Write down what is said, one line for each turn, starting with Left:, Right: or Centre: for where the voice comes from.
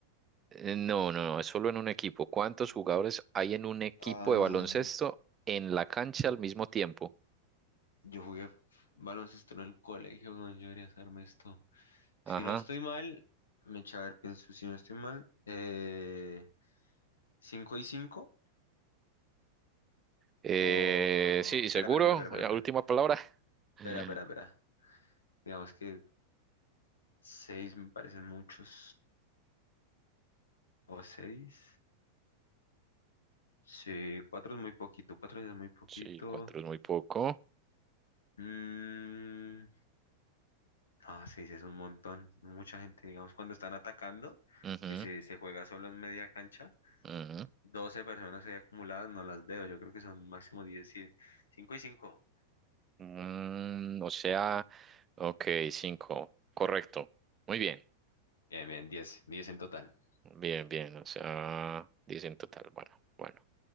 Right: Eh, No, no, no, es solo en un equipo. ¿Cuántos jugadores hay en un equipo
Left: Ah,
Right: de baloncesto en la cancha al mismo tiempo?
Left: yo jugué baloncesto en el colegio, no, yo debería hacerme esto. Si
Right: Ajá.
Left: no estoy mal, me echa a ver, pienso, si no estoy mal, eh, 5 y 5
Right: Eh,
Left: o...
Right: sí,
Left: Espera,
Right: seguro.
Left: espera, espera, espera,
Right: Ya,
Left: espera,
Right: Última palabra.
Left: espera,
Right: Mm,
Left: espera, espera. Digamos que 6 me parecen muchos, o seis Sí, 4 es muy poquito, 4 ya es muy poquito.
Right: Sí, cuatro es muy poco.
Left: Mm, Ah, sí, sí, es un montón. Mucha gente, digamos, cuando están atacando,
Right: Ujú,
Left: que se, se juega solo en media cancha,
Right: ujú.
Left: 12 personas ahí acumuladas, no las veo. Yo creo que son máximo 10, cinco y cinco.
Right: Mm, o sea, ok, cinco. Correcto. Muy bien.
Left: Bien, bien, 10, 10 en total.
Right: Bien, bien. O sea, diez en total. Bueno, bueno.